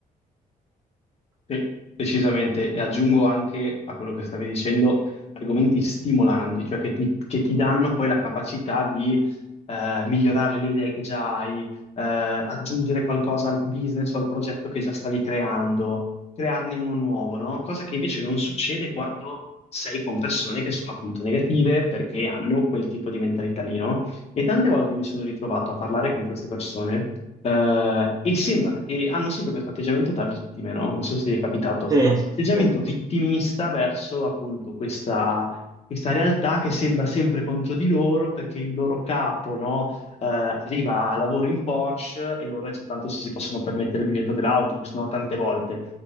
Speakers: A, on the left (about 45°); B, on the right (about 25°).
A: Sì, decisamente, e aggiungo anche a quello che stavi dicendo argomenti stimolanti, cioè che ti, che ti danno poi la capacità di eh, migliorare le idee che già hai, eh, aggiungere qualcosa al business o al progetto che già stavi creando, crearne uno nuovo, no? Cosa che invece non succede quando sei con persone che sono appunto negative perché hanno quel tipo di mentalità lì, no? E tante volte mi sono ritrovato a parlare con queste persone eh, e, sembra- e hanno sempre questo atteggiamento da vittime, no? Non so se ti è capitato,
B: Sì, sì,
A: atteggiamento
B: sì.
A: vittimista verso appunto questa, questa realtà che sembra sempre contro di loro perché il loro capo, no? eh, arriva a lavoro in Porsche e loro è già tanto se si possono permettere il biglietto dell'autobus, no? Tante volte.